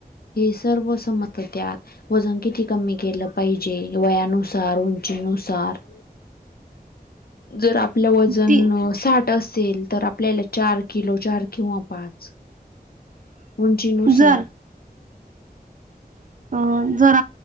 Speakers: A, on the left; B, on the right.
A: हे सर्व समत त्यात वजन किती कमी केलं पाहिजे वयानुसार, उंचीनुसार <inaudible> जर आपलं वजन
B: ती
A: साठ असेल तर आपल्याला चार किलो चार किंवा पाच उंचीनुसार
B: जर अ जर